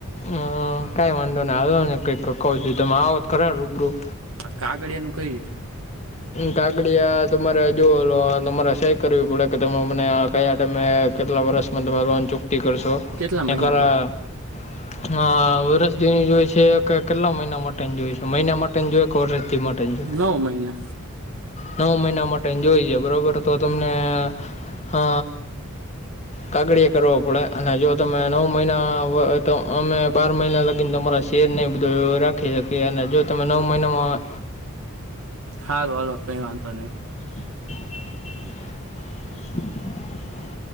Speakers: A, on the left; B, on the right.
A: અ કાઈ વાંધો ન <unintelligible> કઈક કવછું તમે આવો તો ખરા રૂબરૂ.
B: કાગડીયા નુ કઈ રીતે
A: કાગડીયા તમારે જોલો તમારે સઈ કરવી પડે કે તમે મને કયા ટાઈમે કેટલા વર્ષમાં તમે લોન ચુક્તિ કરશો
B: કેટલા
A: કે
B: મહિનામાં
A: ખરા વરષદીની જોય છે કે કેટલા મહિના માટે <unintelligible> જોય છે મહિના માટેન જોઈએ કે વરશથી માટે જોએ.
B: નવ મહિના
A: નવ મહિના માટે જોઈ છે બરાબર તો તમને અ
B: <inaudible>
A: કાગડીએ કરવા પડે અને જો તમે નવ મહિના તો અમે બાર મહિના લગીને તમારા શેર નહીં બધો રાખી શકીએ અને જો તમે નવ મહિનામાં,
B: હારૂ હાલો કઈ વાંધો નહી.
A: <inaudible> <inaudible> <inaudible>